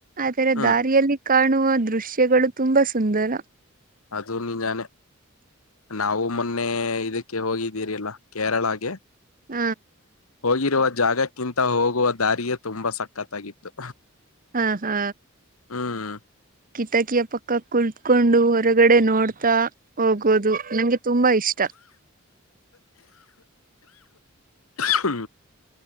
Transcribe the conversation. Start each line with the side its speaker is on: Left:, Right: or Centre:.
Right: ಆದರೆ
Left: ಹ್ಮ್
Right: ದಾರಿಯಲ್ಲಿ ಕಾಣುವ ದೃಶ್ಯಗಳು ತುಂಬಾ ಸುಂದರ
Left: ಅದು ನಿಜಾನೆ ನಾವು ಮೊನ್ನೆ ಇದಕ್ಕೆ ಹೋಗಿದ್ದೀರಿ ಅಲ್ಲ ಕೇರಳಾಗೆ
Right: ಹ
Left: ಹೋಗಿರುವ ಜಾಗಕ್ಕಿಂತ ಹೋಗುವ ದಾರಿಯೇ ತುಂಬಾ ಸಖತ್ತಾಗಿತ್ತು
Right: ಹಾ ಹಾ
Left: ಹ್ಮ್
Right: ಕಿತಾಕಿಯ ಪಕ್ಕ ಕುಳತ್ಕೊಂಡು ಹೊರಗಡೆ ನೋಡ್ತಾ ಹೋಗೋದು ನಂಗೆ ತುಂಬ ಇಷ್ಟ
Left: ಹ್ಮ